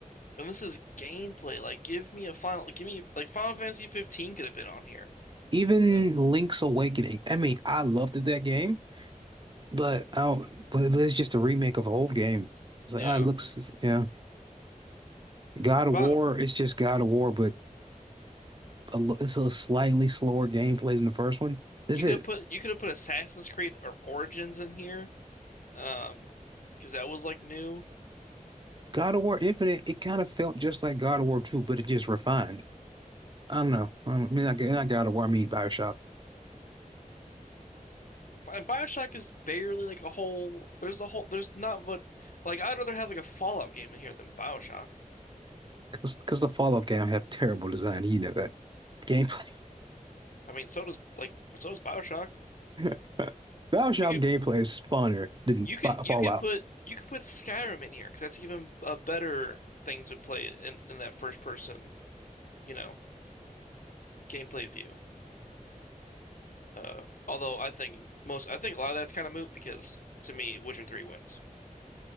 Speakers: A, on the left; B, on the right.
A: and this is gameplay. Like, give me a final like give me like Final Fantasy 15 could have been on here.
B: Even
A: Uh,
B: Link's Awakening. I mean, I loved that game, but I don't, but but it's just a remake of an old game. It's like,
A: yeah,
B: ah, it looks, yeah. God
A: and
B: of
A: but
B: War, it's just God of War, but a, it's a slightly slower gameplay than the first one. This
A: you
B: is
A: could have put you could have put Assassin's Creed or Origins in here. Um, because that was like new.
B: God of War Infinite. It kind of felt just like God of War 2, but it just refined. I don't know. I mean, I not God of War, I mean BioShock.
A: And BioShock is barely like a whole. There's a whole. There's not what. Like I'd rather have like a Fallout game in here than BioShock.
B: Because the Fallout game have terrible design. You know that. Gameplay.
A: I mean, so does like so does BioShock.
B: <laughs> BioShock
A: You could
B: gameplay is funner than
A: you could
B: Fa- Fallout.
A: you could put you could put Skyrim in here because that's even a better thing to play in, in that first person you know gameplay view. Uh, although I think most, I think a lot of that's kind of moot because to me, Witcher 3 wins.